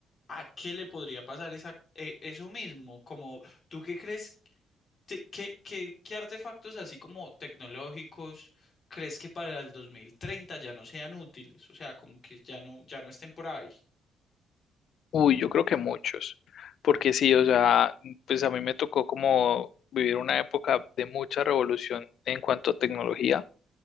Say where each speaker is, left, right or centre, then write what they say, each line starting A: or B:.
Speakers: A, on the left; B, on the left.
A: ¿a qué le podría pasar esa, e- eso mismo? Como, ¿tú qué crees? te- ¿Qué, qué, qué artefactos así como tecnológicos? ¿Crees que para el 2030 ya no sean útiles? O sea, como que ya no, ya no estén por ahí.
B: Uy, yo creo que muchos, porque sí, o sea, pues a mí me tocó como vivir una época de mucha revolución en cuanto a tecnología.